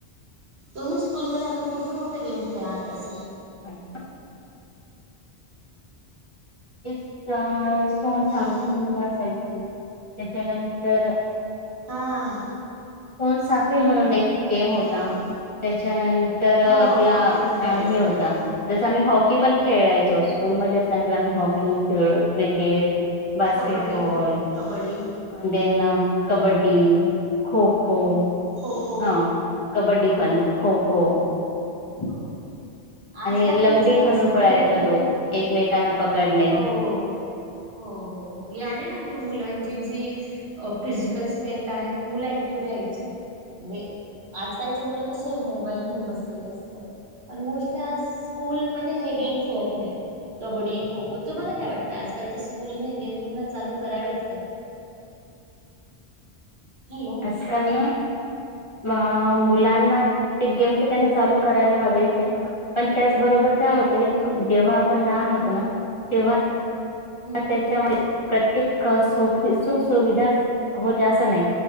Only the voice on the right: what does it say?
तुम्ही स्कूलमध्येध्ये अजून कुठले कुठले गेम खेळ आहात अस
हॅलो
हा हा हा
आवाज
हो हो हो आम्ही पण
खेळायचो
हो
kabaddi kabaddi
kho kho
हो
हो आजकालच्या
स्कूलनी
हे
हो हो हो हो हो हो याने नाही मुलांची जी फिजिकल स्ट्रेथ आहे मु ऍक्टिव राहायची व्हय म्हणजे आजकालच्या मुलं कसे मोबाईल घेऊन बसलेले असतात. आणि मोस्टली आज स्कूलमध्ये हे गेम खेळत नाहीत कबड्डी खो-खो तुंम्हाला काय वाटतं आजकालच्या स्कूलने गेम पुन्हा चालू करावेत का?
हॅलो
हम्म
हम्म